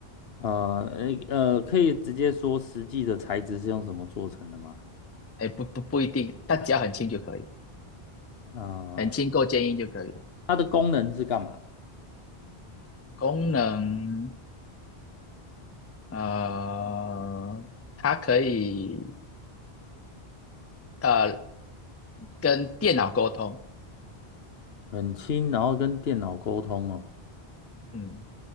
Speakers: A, on the left; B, on the left.
A: 呃诶呃，可以直接说实际的材质是用什么做成的吗？
B: 哎，不不不一定，但只要很轻就可以，
A: 啊、
B: 很轻够坚硬就可以。
A: 它的功能是干嘛？
B: 功能，呃，它可以呃跟电脑沟通，
A: 很轻，然后跟电脑沟通哦。
B: 嗯